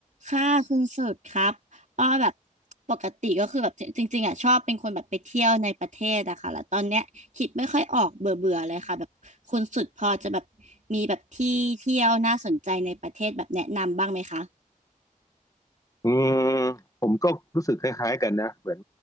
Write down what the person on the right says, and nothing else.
ค่ะคุณสุดครับอ้อแบบปกติก็คือแบบจริงๆอ่ะชอบเป็นคนแบบไปเที่ยวในประเทศอะค่ะแล้วตอนเนี้ยคิดไม่ค่อยออกเบื่อเบื่อเลยค่ะแบบคุณสุดพอจะแบบมีแบบที่เที่ยวน่าสนใจในประเทศแบบแนะนำบ้างไหมคะ